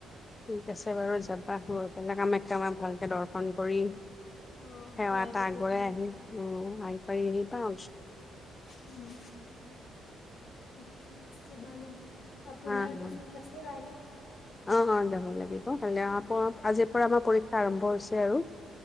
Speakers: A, on the left; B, on the left.
A: ঠিক আছে বাৰু যাবা গৈ পেলাই কামাখ্যা মাক ভালকে দৰ্শন ন কৰি
B: অ',
A: সেৱা এটা
B: পাতি
A: আগবঢ়াই
B: কৰি
A: আহি উ আহি পি আহি পাও
B: উম, ঠিকে আছে বাৰু আপোনাৰতো
A: অ অ
B: স্কুল আছে কাইলে
A: অ হয় যাব লাগিব হলেও আক আজিৰ পৰা আমাৰ পৰীক্ষা আৰম্ভ হৈছে আৰু